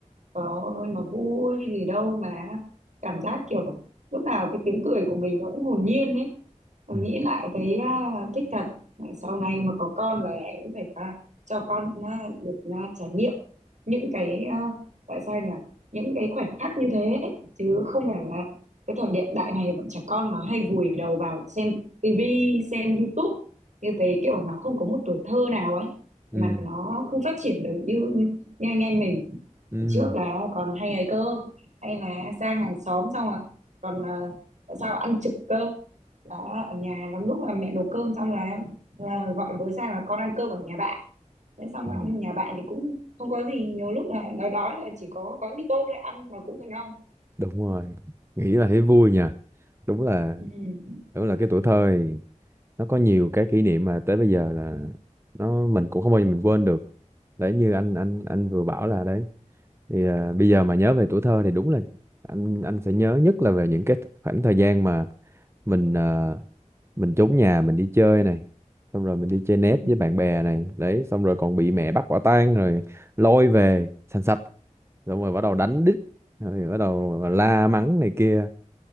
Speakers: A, on the right; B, on the right.
A: đó nó vui gì đâu mà cảm giác kiểu lúc nào cái tiếng cười của mình nó cũng hồn nhiên ấy Tôi
B: Ừ.
A: nghĩ lại thấy à, thích thật Này, sau này mà có con là em cũng phải à, cho con à, được à, trải nghiệm những cái à, tại sao nhỉ những cái khoảnh khắc như thế chứ không phải là cái thời hiện đại này bọn trẻ con nó hay vùi đầu vào xem tivi xem YouTube như thế kiểu nó không có một tuổi thơ nào ấy mà
B: Ừ.
A: nó không phát triển được như như anh em mình
B: Ừ,
A: Hồi trước là còn hay ấy cơ hay là sang hàng xóm xong à còn à, tại sao ăn trực cơ đó ở nhà lắm lúc là mẹ nấu cơm xong là, là gọi với sang là con ăn cơm ở nhà bạn thế xong
B: ừ,
A: ăn nhà bạn thì cũng không có gì nhiều lúc là nói đói là chỉ có gói mì tôm để ăn mà cũng thấy ngon
B: đúng rồi nghĩ là thấy vui nha đúng là
A: ừ,
B: đúng là cái tuổi thơ thì nó có nhiều cái kỷ niệm mà tới bây giờ là nó mình cũng không bao giờ mình quên được đấy như anh anh anh vừa bảo là đấy thì à, bây giờ mà nhớ về tuổi thơ thì đúng là anh anh sẽ nhớ nhất là về những cái khoảng thời gian mà mình à, mình trốn nhà mình đi chơi này xong rồi mình đi chơi net
A: ừ,
B: với bạn bè này đấy xong rồi còn bị mẹ bắt quả tang rồi lôi về sành sạch xong rồi bắt đầu đánh đít rồi bắt đầu la mắng này kia